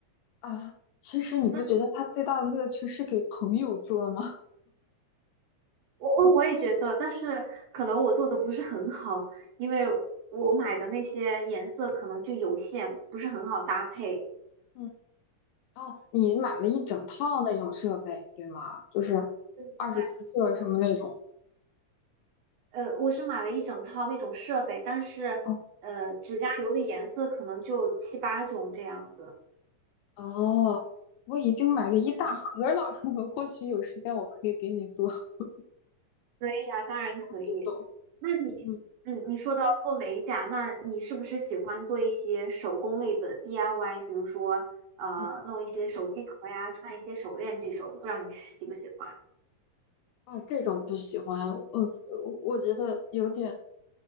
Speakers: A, on the left; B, on the right.
A: 啊，其实你不觉得它最大的乐趣是给朋友做吗？
B: 那我我我也觉得，但是可能我做的不是很好，因为我买的那些颜色可能就有限，不是很好搭配。
A: <laughs> 嗯。哦，你买了一整套那种设备，对吗？就是二十四色什么那种。
B: 对我买哦，对，呃，我是买了一整套那种设备，但是呃，
A: 哦，
B: 指甲油的颜色可能就七八种这样子。
A: 哦，我已经买了一大盒了，
B: 嗯。
A: <laughs> 或许有时间我可以给你做。我
B: 可以呀，当然可以。
A: 不懂，
B: 那你，
A: 嗯
B: 嗯，你说到做美甲，那你是不是喜欢做一些手工类的 DIY？比如说，呃，
A: 嗯，
B: 弄一些手机壳呀，串一些手链这种，不知道你喜不喜欢？
A: 哦，这种不喜欢，呃，我我觉得有点